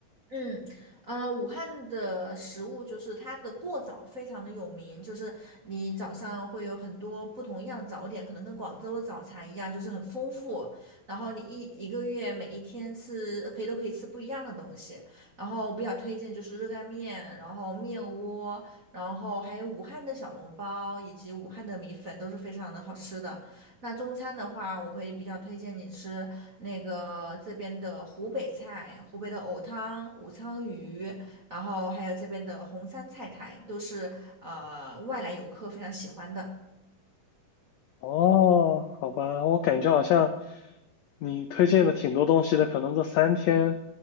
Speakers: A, on the right; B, on the left.
A: 嗯，呃，武汉的食物就是它的过早非常的有名，就是你早上会有很多不同样的早点，可能跟广州的早茶一样，就是很丰富。然后你一一个月每一天吃可以都可以吃不一样的东西。然后我比较推荐就是热干面，然后面窝，然后还有武汉的小笼包以及武汉的米粉都是非常的好吃的。那中餐的话，我会比较推荐你吃那个这边的湖北菜，湖北的藕汤、武昌鱼，然后还有这边的红山菜苔，都是呃外来游客非常喜欢的。
B: 哦，好吧，我感觉好像你推荐的挺多东西的，可能这三天